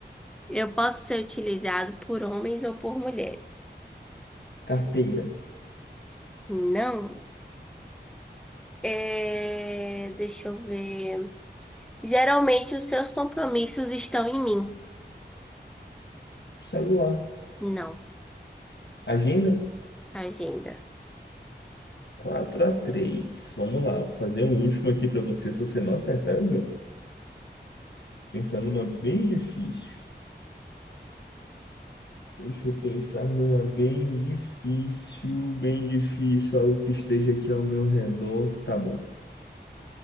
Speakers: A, in the centre; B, on the left.
A: Eu posso ser utilizado por homens ou por mulheres.
B: carteira,
A: Não. É, Deixa eu ver. Geralmente os seus compromissos estão em mim.
B: celular,
A: Não.
B: agenda.
A: Agenda.
B: quatro a três, Vamos lá, vou fazer um último aqui pra você. Se você não acertar, eu ganho. Pensando numa bem difícil. Deixa eu pensar numa bem difícil, bem difícil, algo que esteja aqui ao meu redor. Tá bom.